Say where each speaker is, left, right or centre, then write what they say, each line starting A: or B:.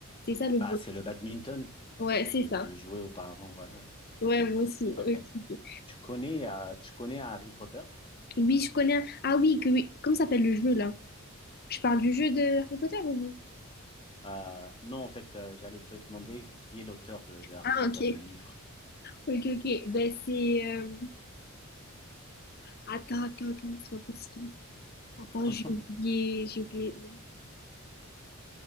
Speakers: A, on the left; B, on the left.
A: C'est ça le
B: Bah,
A: volant.
B: c'est le badminton.
A: Ouais,
B: Je
A: c'est
B: le,
A: ça.
B: je le jouais auparavant, ouais, ouais, ouais, c'est bien.
A: Ouais, moi aussi.
B: OK.
A: Ok, ok.
B: Tu connais, euh, tu connais Harry Potter?
A: Oui, je connais. un- Ah oui, que oui. Comment s'appelle le jeu là? Je parle du jeu de Harry Potter ou?
B: Euh, non, en fait, euh, j'allais te demander qui est l'auteur de, de Harry
A: Ah
B: Potter,
A: ok.
B: le livre.
A: Ok, ok. Ben c'est. euh, Attends, attends, attends, c'est pas possible. Attends,
B: <laughs>
A: j'ai oublié, j'ai oublié. non.